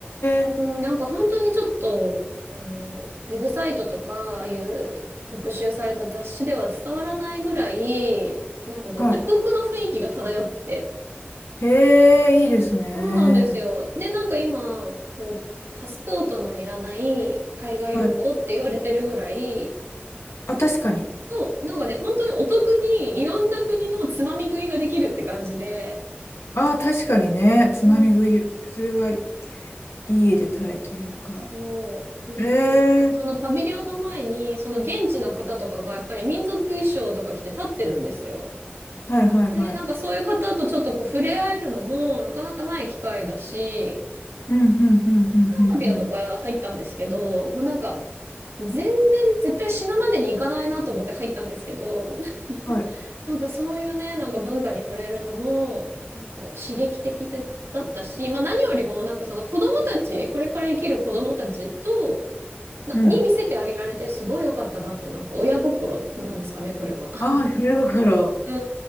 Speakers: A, on the right (about 85°); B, on the left (about 85°).
A: うん、
B: え、
A: なんか本当にちょっと、あの、ウェブサイトとか、ああいう特集された雑誌では伝わらないぐらい、なんかこう異国の雰囲気が漂ってて、
B: はい。へえ、いいですね。
A: そうなんですよ。で、なんか今、こう、パスポートのいらない海外旅行って言われてるぐらい
B: はい。あ、確かに。
A: の、なんかね、本当にお得にいろんな国のつまみ食いができるって感じで、
B: あ、確かにね。つまみ食い。
A: うん。
B: それはいい絵でたいというか。
A: そう。で、
B: へ
A: なんかそのパビリオンの前に、
B: え、
A: その現地の方とかがやっぱり民族衣装とか着て立ってるんですよ。
B: はいはいはい。
A: で、なんかそういう方とちょっとこう触れ合えるのもなかなかない機会だし、
B: うん、うん、うん、
A: サウジアラビアとか入ったんですけど、
B: うん、うん。うん
A: もうなんか、全然絶対死ぬまでに行かないなと思って入ったんですけど、<laughs>
B: はい。
A: なんかそういうね、なんか文化に触れるのも、なんか刺激的でだったし、まあ何よりもなんかその子供たち、これから生きる子供たちと、な、
B: うん。
A: に見せてあげられてすごい良かったなって、なんか親心なんですかね、これは。<laughs>
B: ああ、だから。
A: う